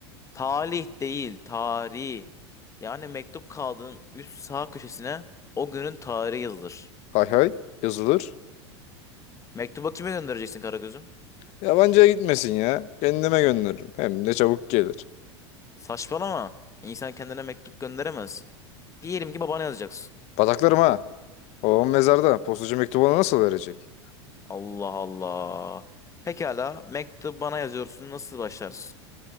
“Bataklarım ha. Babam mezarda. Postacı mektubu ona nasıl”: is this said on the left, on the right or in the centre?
Left